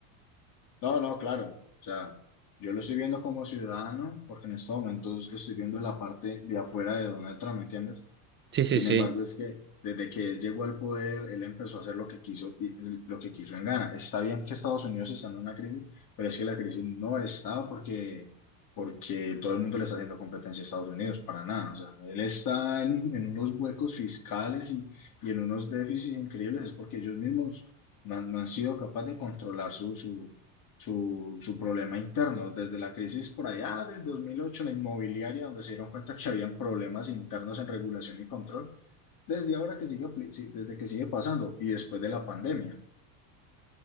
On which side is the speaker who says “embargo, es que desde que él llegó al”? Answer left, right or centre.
Left